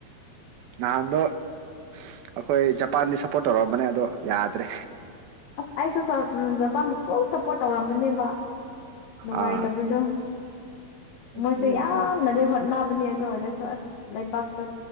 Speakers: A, on the right; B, on the left.
A: ꯅꯍꯥꯟꯗ ꯑꯩꯈꯣꯏ ꯖꯄꯥꯟꯗꯤ ꯁꯞꯄꯣꯔꯠ ꯇꯧꯔꯛꯑꯝꯕꯅꯦ ꯑꯗꯣ ꯌꯥꯗ꯭ꯔꯦ
B: ꯑꯁ ꯑꯩꯁꯨ ꯖꯄꯥꯥꯟꯃꯛ ꯐꯨꯜ ꯁꯞꯄꯣꯔꯠ ꯇꯧꯔꯝꯕꯅꯦꯕ ꯅꯨꯡꯉꯥꯏꯇꯕꯗꯣ
A: ꯑꯥ ꯑꯗꯨꯅꯦ
B: ꯃꯣꯏꯁꯦ ꯌꯥꯝꯅꯗꯤ
A: ꯍꯣꯏ
B: ꯍꯣꯠꯅ ꯅꯥꯕꯅꯦ ꯑꯗꯨ ꯑꯣꯏꯔꯁꯨ ꯑꯁ ꯂꯩꯕꯥꯛꯇ